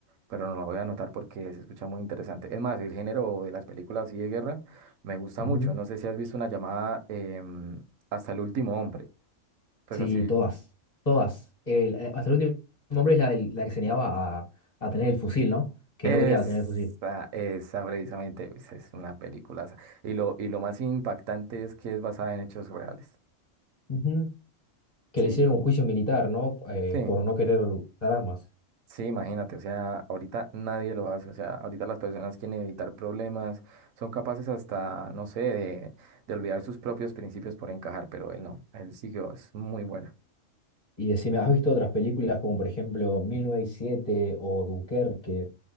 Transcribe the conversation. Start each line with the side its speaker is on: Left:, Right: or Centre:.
Right: pero no la voy a anotar porque se escucha muy interesante. Es más, el género de las películas así de guerra me gusta
Left: Ujú.
Right: mucho. No sé si has visto una llamada em, Hasta el último hombre. Pues
Left: Sí,
Right: así,
Left: todas, todas. El- eh, hasta el último hombre es la, del- la que se negaba a, a tener el fusil, ¿no? Que
Right: esa,
Left: no quería tener el fusil.
Right: esa precisamente, pues, es una película. Y lo, y lo más impactante es que es basada en hechos reales.
Left: Ujú. Que
Right: Sí,
Left: le hicieron
Right: to-
Left: un juicio militar, ¿no? Eh,
Right: sí.
Left: por no querer usar armas.
Right: Sí, imagínate, o sea, ahorita nadie lo hace, o sea, ahorita las personas quieren evitar problemas, son capaces hasta, no sé, de, de olvidar sus propios principios por encajar, pero él no, él siguió, es muy buena.
Left: Y decime, ¿has visto otras películas como por ejemplo 1907 o Dunkerque?